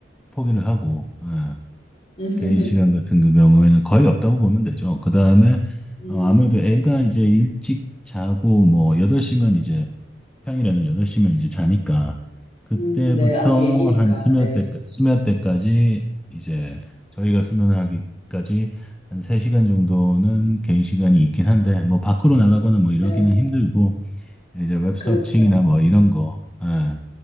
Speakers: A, in the centre; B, on the left (about 35°).
A: 포기를 하고 어,
B: <laughs>
A: 개인 시간 같은 그 경우에는 거의 없다고 보면 되죠. 그 다음에
B: 음,
A: 아무래도 애가 이제 일찍 자고 뭐 8시면 이제 평일에는 8시면 이제 자니까 그때부터
B: 음, 네, 아직 애기니까,
A: 한 수면
B: 네,
A: 때 수면 때까지 이제 저희가 수면하기까지 한 3시간 정도는 개인 시간이 있긴 한데 뭐 밖으로 나가거나 뭐
B: 네,
A: 이러기는 힘들고 이제 웹서칭이나
B: 그렇죠.
A: 뭐 이런 거 예,